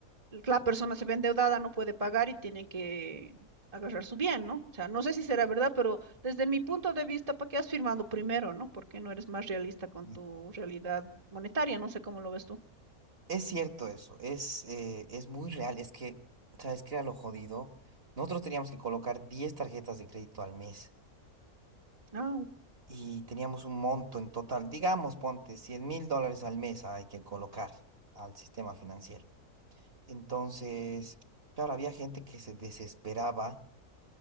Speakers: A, on the right; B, on the right.
A: la persona se ve endeudada, no puede pagar y tienen que agarrar su bien, ¿no? O sea, no sé si será verdad, pero desde mi punto de vista, ¿para qué has firmado primero, no? Porque no eres más realista con
B: y
A: tu realidad monetaria, no sé cómo lo ves tú.
B: es cierto eso, es, eh, es muy real, es que, ¿sabes qué era lo jodido? Nosotros teníamos que colocar 10 tarjetas de crédito al mes
A: Ah,
B: y teníamos un monto en total, digamos, ponte cien mil dólares al mes hay que colocar al sistema financiero. Entonces, claro, había gente que se desesperaba